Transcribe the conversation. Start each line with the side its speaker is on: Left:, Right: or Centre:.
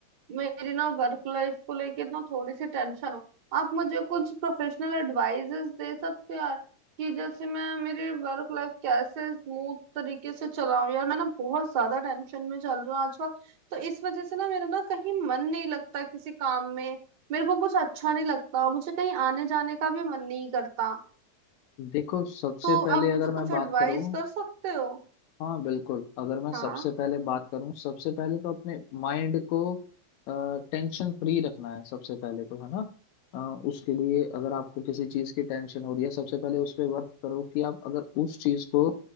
Right: मेरी ना वर्क लाइफ को लेके ना थोड़ी सी टेंशन हो आप मुझे कुछ प्रोफेशनल एडवाइजेस दे सकते हो यार कि जैसे मैं मेरी वर्क लाइफ कैसे स्मूथ तरीके से चलाऊं यार मैं ना बहुत ज्यादा टेंशन में चल रहा हूँ आजकल तो इस वजह से ना मेरा ना कहीं मन नहीं लगता किसी काम में मेरे को कुछ अच्छा नहीं लगता मुझे कहीं आने जाने का भी मन नहीं करता
Left: देखो सबसे
Right: तो
Left: पहले
Right: आप मुझे
Left: अगर
Right: कुछ
Left: मैं बात
Right: एडवाइस
Left: करूं
Right: कर सकते हो
Left: हाँ बिल्कुल अगर मैं सबसे
Right: हाँ
Left: पहले बात करूँ सबसे पहले तो अपने माइंड को टेंशन फ्री रखना है सबसे पहले तो है ना अ, उसके लिए अगर आपको किसी चीज़ की टेंशन हो रही है सबसे पहले उस पे वर्क करो कि आप अगर उस चीज़ को